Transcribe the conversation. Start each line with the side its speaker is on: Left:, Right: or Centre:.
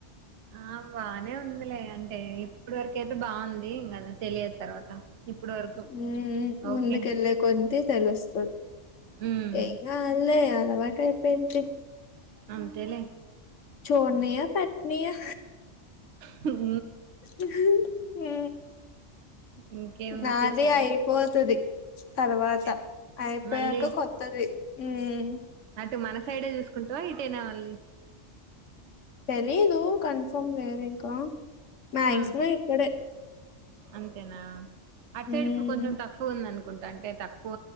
Right: ఆ బానే ఉందిలే అంటే ఇప్పడి వరకు అయితే బాగుంది తెలియదు తర్వాత. ఇప్పుడు వరకు
Left: మ్మూ ముందుకెళ్లే
Right: ఓకే
Left: కొద్ది తెలుస్తది
Right: ఉమ్
Left: ఏం కాదులే అలవాటు అయిపోయిద్ది
Right: అంతేలే
Left: చోడ్నీయా పెట్ట్నీయా
Right: హ
Left: హ్మూ
Right: ఇంకేం
Left: నాది
Right: విశేషాలు
Left: అయిపోతది తర్వాత
Right: ఎప్
Left: అయిపోయాక
Right: మళ్ళీ
Left: కొత్తది మ్మ్
Right: అటు మన సైడే చూసుకుంటావా ఇటేనా ఓన్లీ
Left: తెలీదు కన్ఫర్మ్ లేదు ఇంకా మాక్సిమం
Right: ఆహా
Left: ఇక్కడే
Right: అంతేనా అటు
Left: హ్మ్.
Right: సైడ్ ఇప్పుడు కొంచెం టఫ్ ఉందను కుంట అంటే తక్